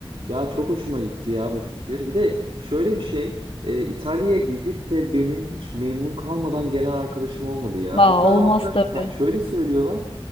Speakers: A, on the right; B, on the left.
A: Ya çok hoşuma gitti ya bu fikir. Bir de şöyle bir şey, e, İtalya'ya gidip de benim hiç memnun kalmadan gelen arkadaşım olmadı ya.
B: <laughs> Aa,
A: Hatta
B: olmaz
A: ve hatta
B: tabii.
A: ta- şöyle söylüyorlar.